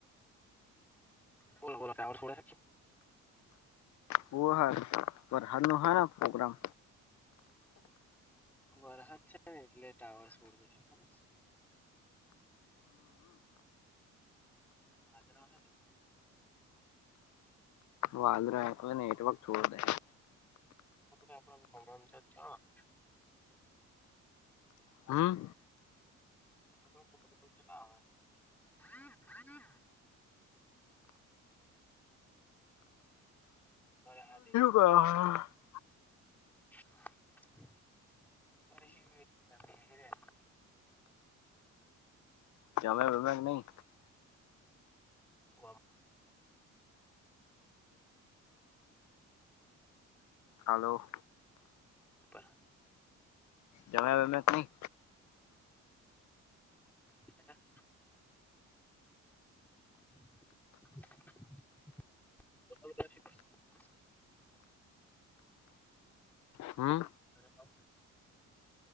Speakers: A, in the centre; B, on the left (about 70°).
A: બોલો બોલો ટાવર છોડે હે?
B: હું હ વરહાદનો હાનો હ પ્રોગ્રામ
A: વરહાદ છે ને એટલે ટાવર સોડી દે તન ખબર ભાદરવા હે ને
B: વાદરા એટલે નેટવર્ક છોડીદે
A: <unintelligible>
B: હમ્મ.
A: એટલો બધો તો ત્યાં આવે. <unintelligible>
B: <unintelligible>
A: <unintelligible>
B: જમે વમેક નહી
A: ગામ
B: હાલો
A: પ
B: જમ્યા વમ્યા કે ની?
A: નાના <inaudible>
B: હમ્મ
A: તને ફાવશે